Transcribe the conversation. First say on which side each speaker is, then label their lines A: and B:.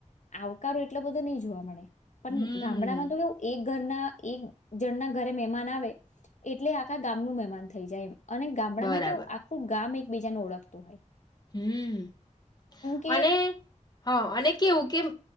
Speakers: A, on the left (about 70°); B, on the left (about 35°).
A: આવકારો એટલો બધો નહીં જોવા મળે. પણ
B: હમ
A: ગામડામાં તો કેવું એક ઘરના એક જણ ના ઘરે મહેમાન આવે એટલે આખા ગામનું મહેમાન થઈ જાય એમ. અને ગામડામાં
B: બરાબર
A: કેવું આખું ગામ એક બીજાને ઓળખ તોય.
B: હમ્મ
A: કે
B: અને હા અને કેવું કેઅમ